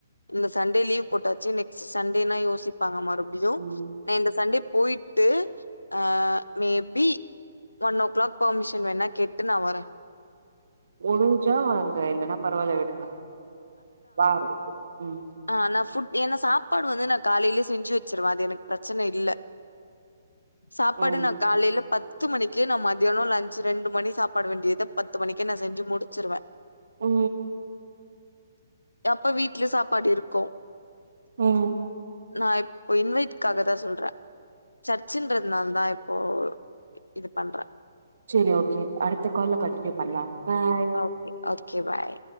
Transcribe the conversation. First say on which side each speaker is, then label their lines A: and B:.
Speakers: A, on the left (about 85°); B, on the right (about 65°).
A: இந்த சண்டே லீவ் போட்டாச்சு நெக்ஸ்ட் சண்டேனா யோசிப்பாங்க மறுபடியு
B: ம்
A: நா இந்த சண்டே போயி ட்டு அ maybe one o'clock permission வேணா கேட்டு நா வர
B: ஒழுஞ்சா வாங்க இல்லன்னா பரவாயில்ல விடுங்க பாரு ம்
A: ஆ நா ஃபுட் ஏனா சாப்பாடு வந்து நா காலையிலெ செஞ்சு வச்சுருவ அது எனக்கு பிரச்சன இல்ல சாப்பாடு
B: ம்
A: நா காலைல பத்து மணிக்கே நா மத்யானொ லன்ச் ரெண்டு மணி சாப்பாடு வேண்டியத பத்து மணிக்கே நா செஞ்சு முடிச்சிருவ
B: ஓ
A: எப்ப வீட்லியு சாப்பாடு இருக்கு
B: ஓ
A: நா இப்போ இன்வைட்காக தா சொல்றே சர்ச்சுன்றதுனால தா இப்போ இது பண்ற
B: செரி ஓகே அடுத்த கால்ல கண்டியூ பண்லாம் பாய்
A: ஓகே ஓகே பாய்